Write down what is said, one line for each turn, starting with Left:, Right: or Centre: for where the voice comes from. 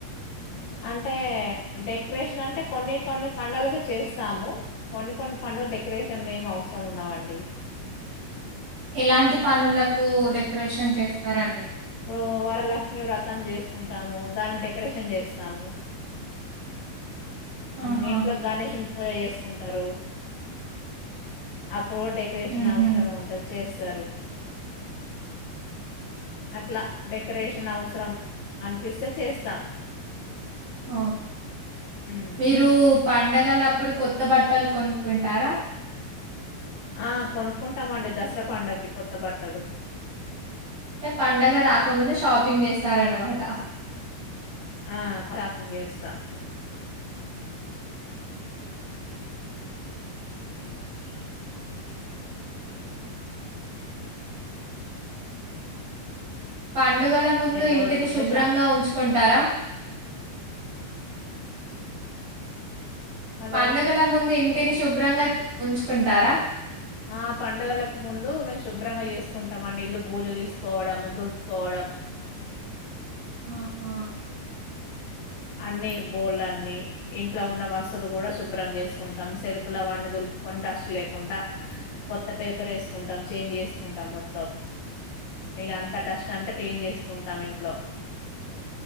Left: అంటే డెక్రేషన్ అంటే కొన్ని కొన్ని పండగలకు చేస్తాము. కొన్ని కొన్ని పండుగలు డెకరేషన్లేం అవసరం ఉండవండి.
Right: ఎలాంటి పనులకు డెకరేషన్ చేస్తారండి.
Left: ఇప్పుడూ వరలక్ష్మి వ్రతం చేస్కుంటాము దానికి డెకరేషన్ చేస్తాము.
Right: ఆహా!
Left: మ్ ఇంట్లో గణేశుని పూజ చేస్కుంటరు అప్ ప్పుడు కూడ డెకరేషన్
Right: ఉహు
Left: అవసరమే ఉంటది చేస్తారు. అట్ల డెకరేషన్ అవసరం అనిపిస్తే చేస్తాం.
Right: ఓ
Left: హ్మ్.
Right: మీరూ పండగలప్ అప్పుడు కొత్త బట్టల్ కొనుక్కుంటారా?
Left: ఆ కొనుక్కుంటామండి దసరా పండగ్కి కొత్త బట్టలు
Right: అంటే పండగ రాకముందే షాపింగ్ చేస్తారన్నమాట.
Left: ఆ షాపింగ్ చేస్తాం. ంది
Right: పండుగల ముందు ఇంటిని
Left: రోజుల ముందే
Right: శుభ్రంగా
Left: షాప్‌లో
Right: ఉంచుకుంటారా?
Left: హలో.
Right: పండుగల ముందు ఇంటిని శుభ్రంగా ఉంచుకుంటారా
Left: ఆ పండుగలక్ ముందు మేం శుభ్రంగా చేస్కుంటమండి. ఇల్లు భూజ తీస్కోవడం దులుప్కోవడ డం
Right: ఆహా
Left: అన్నీ బోళ్ళన్నీ ఇంట్ల ఉన్న వస్తువులు గుడా శుభ్రం చేస్కుంటాం. సెల్పులవన్నీ దులు కొన్ డస్ట్ లేకుండా కొత్త పేపర్ ఏస్కుంటాం చేంజ్ చేస్కుంటాం మొత్తం. ఇక అంత డస్ట్ అంతా క్లీన్ చేసుకుంటాం ఇంట్లో